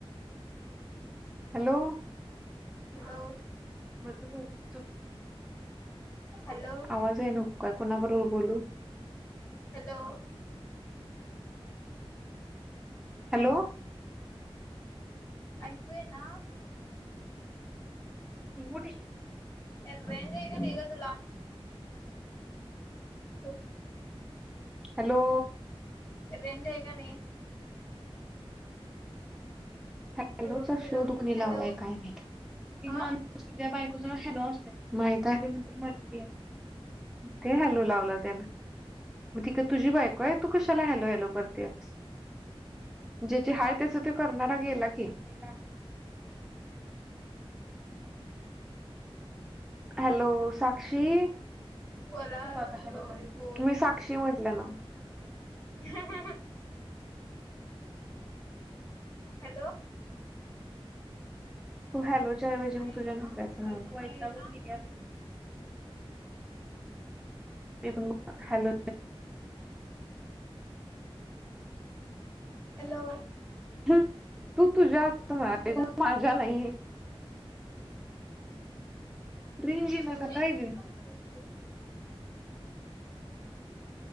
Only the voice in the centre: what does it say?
हॅलो
<inaudible>
आवाज <inaudible> कुणा बरोबर बोलू?
हॅलो
<inaudible>
हॅलो
हॅलोचा
शो दुखणी
लावलाय काय माहीत एक
माणूस असते त्या बायकोच नाव हॅला असते माहीती आहे त्याच्या नंतर मरतीया. ते हॅलो लावलं त्यान. मग ती का तुझी बायको ये तू कशाला हॅलो हॅलो करतेस. ज्या जिथे हाय त्याच ते करणारा गेला की <unintelligible> हॅलो साक्षी तू
का आता
हॅलो म्हणतीस
मी साक्षी म्हंटलं ना
तू हॅलोच्याऐवजी
मग तुझ्या नवऱ्याचे नाव
वैतागून
गेलीयास ण म हॅलो
तू तुझस्त मझ
या नाहीे. रिंज येईना
का काय गं